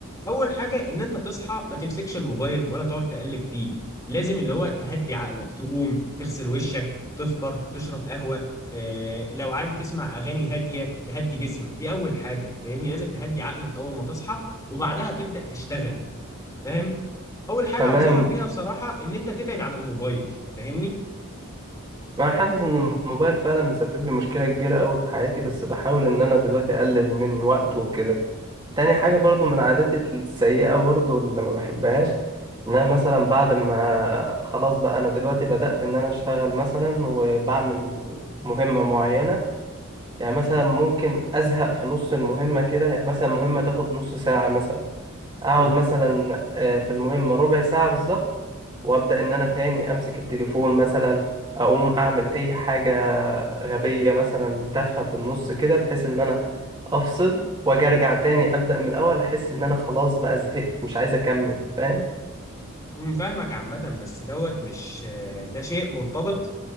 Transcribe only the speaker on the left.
اول حاجه ان انت تصحى ما تمسكش الموبايل ولا تقعد تقلب فيه لازم اللي هو تهدي عقلك تقوم تغسل وشك تفطر تشرب قهوه آه لو عادي تسمع اغاني هاديه تهدي جسمك دي اول حاجه فاهمني لازم تهدي عقلك اول ما تصحى وبعدها تبدا تشتغل فاهم اول حاجه
انصحك بيها بصراحه ان انت تبعد عن الموبايل فاهمني
امم
امم فاهمك عامه بس دوت مش آه، ده شيء مرتبط